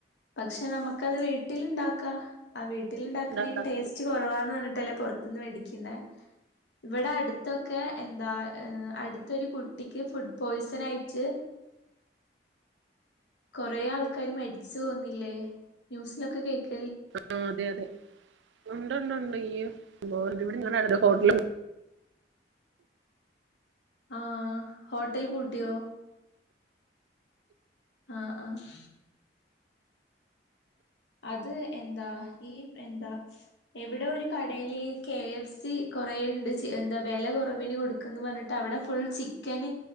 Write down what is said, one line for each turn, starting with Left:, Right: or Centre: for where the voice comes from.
Left: പക്ഷെ നമക്കത് വീട്ടിൽ ഉണ്ടാക്ക ആ വീട്ടില്ണ്ടാക്ക്‌ന്നയിന്
Right: ഉണ്ടാക്കാൻ
Left: ടേസ്റ്റ് കുറവാന്ന് പറ ത്തല്ലേ പുറത്തുന്ന് വേടിക്കിന്നെ വ്ടെ അടുത്തൊക്കെ എന്താ അട്ത്തൊരു കുട്ടിക്ക് ഫുഡ് പോയ്സൺ ആയിട്ട് കൊറെേ ആൾക്കാാര് മരിച്ച്ു പോന്നില്ലേ ന്യൂസിലൊക്കെ കേക്ക
Right: ആ അതെ അതെ ഉണ്ട്ണ്ട്ണ്ട് ഈ ഇ <unintelligible> ഹോട്ടല്
Left: ആഹ ഹോട്ടൽ പൂട്ടിയോ ആഹ ആഹ അത് എന്താ ഈ എന്താ എവ്ടെ ഒരു കടയിൽ കെ എഫ് സി കുറേണ്ട് ച്ച് എന്താ വില കുറവിന് കൊടുക്കന്ന് പറഞ്ഞിട്ട് അവിടെ ഫുൾ ചിക്കന്